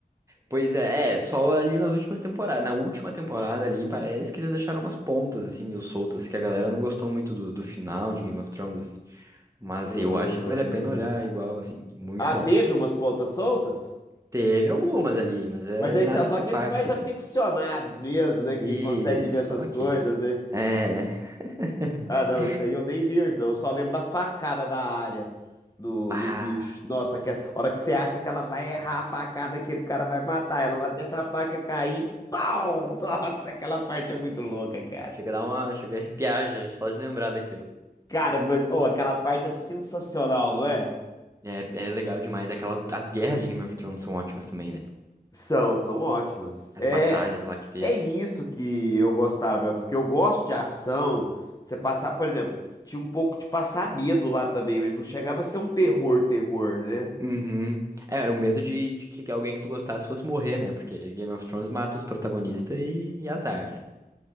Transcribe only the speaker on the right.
Pois é, é, só ali nas últimas temporadas, na última temporada ali, parece que eles deixaram umas pontas, assim, meio soltas, que a galera não gostou muito do, do final de Game of Thrones, assim. Mas
eu acho que vale a pena olhar igual, assim, muito
bom.
Teve algumas ali, mas é
nada
que
impacte,
assim.
Isso,
só
aqueles.
É. <laughs>
Pá!
Chega a dar uma. Chega a arrepiar já, só de lembrar daquilo.
É, é legal demais. Aquelas, as guerras de Game of Thrones são ótimas também, né?
As
batalhas lá que teve.
Uhum. É, era o medo de, de que alguém que tu gostasse fosse morrer, né? Porque Game of Thrones mata os protagonistas e, e azar, né?